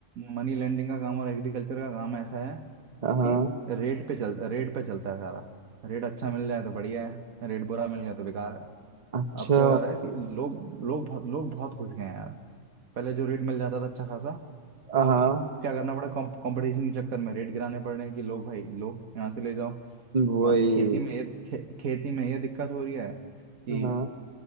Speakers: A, on the right; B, on the right.
A: मनी लेंडिंग का काम और एग्रीकल्चर का काम ऐसा है
B: हाँ
A: कि रेट पे चलता रेट पे चलता है सारा रेट अच्छा मिल जाए तो बढ़िया है रेट बुरा मिल गया तो बेकार है
B: अच्छा
A: अब क्या हो रहा है कि लोग लोग बहुत लोग बहुत घुस गए हैं यार पहले जो रेट मिल जाता था अच्छा खासा
B: हाँ
A: अब क्या करना पड़ा कंपटीशन के चक्कर में रेट गिराने पड़ रहे हैं कि लोग भाई लो यहाँ से ले जाओ
B: वही
A: और खेती में ये खे, खेती में ये दिक्कत हो रही है कि
B: हाँ